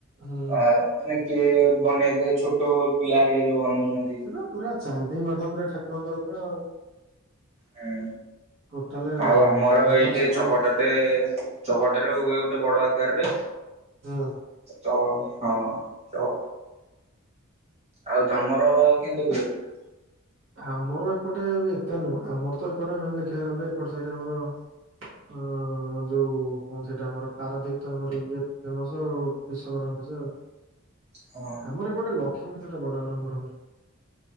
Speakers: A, on the right (about 65°); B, on the right (about 30°).
A: ହୁଁ
B: ଅ ମାନେ କିଏ ବନେଇଦିଏ ଛୋଟ ପିଲାରିଆ ଯୋଉ ବନଉଛନ୍ତି।
A: ହଁ ପୁରା ଚାନ୍ଦି ମେଢ ପୁରା ଠାକୁରଙ୍କର ପୁରା ଆଉ।
B: ହୁଁ
A: ଟୋଟାଲେ
B: ଆଉ ଆମର
A: ମେଢ
B: ଏଇଠି
A: ସହ
B: ଚହଟାଟେ ଚହଟାରେ ହୁଏ ଗୋଟେ ବଡ ଆକାରରେ
A: ହଁ
B: ତ ହଁ ଆଉ ଦମର କେମତିୁ ହୁ ଏପଟେ
A: ଆମର ଏପଟେ ଏତେ ନୁହଁ ଆମର ତ ଏପଟେ ମ ଦେଖିବାକୁ ଗଲେ ଏପଟେ ସେଇଠ ଆମର ଅ ଆମର ଯୋଉ କଣ ସେଇଟା ଆମର ପାରାଦଵୀପ ତ ଆମର ଇଏ ଫେମସ ଆଉ ବିଶ୍ୱକର୍ମା ପୂଜା ଆଉ
B: ହଁ
A: ଆମର ଏ ଗୋଟେକ୍ଷ୍ମୀ ପୂାଡ ଆରମ୍ଭରୁଏ